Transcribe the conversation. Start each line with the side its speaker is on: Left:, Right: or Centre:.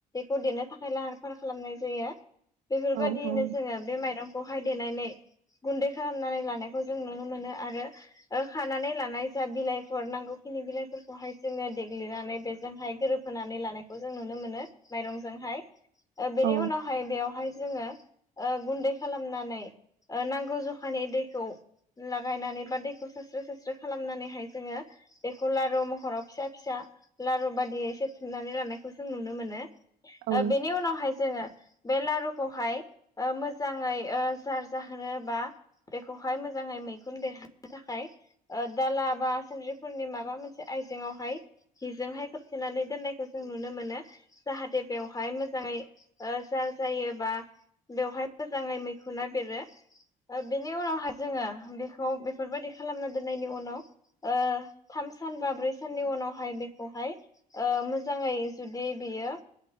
Left: खौ देनो थाखाय लाहार-फाहार खालामनाय जायो बेफोरबायदियैनो
Right: औ
Left: जोङो बे माइरं हाय देनानै गुन्दै खालामनानै लानायखौ जों नुनो मोनो आरो ओ खानानै लानाय जा बिलाइफोर नांगौखिनि बिलाइफोरखौहाय जोङो देग्लिनानै बेजोंहाय गोरोब होनानै लानायखौ जों नुनो मोनो माइरंजोंहाय ओ बेनि
Right: औ
Left: उनाव बेवहाय जोङो ओ गुन्दै खालामनानै ओ नांगौ जखानि दैखौ लागायनानै बा दैखौ सास्रो सास्रो खालामनानैहाय जोङो बेखौ लारु महराव फिसा फिसा लारु बादियै एसे थुनानै लानायखौ जों नुनो मोनो।
Right: औ
Left: ओ बेनि उनावहाय जोङो बे लारुखौहाय ओ मोजाङै ओ जार जाहोनो बा बेखौहाय मोजाङै मैखुन बेरहोनो थाखाय ओ दाला बा सान्द्रि फोरनि माबा मोनसे आइजेंआवहाय सिजोंहाय खोबथेनानै दोननायखौ जों नुनो मोनो। जाहाथे बेवहाय मोजाङै ओ जार जायो बा बेवहाय मोजाङै मैखुना बेरो। ओ बेनि उनावहाय जोङो बेखौ बेफोरबायदि खालामना दोननायनि उनाव ओ थाम सान बा ब्रै साननि उनावहाय बेखौहाय ओ मोजाङै जुदि बियो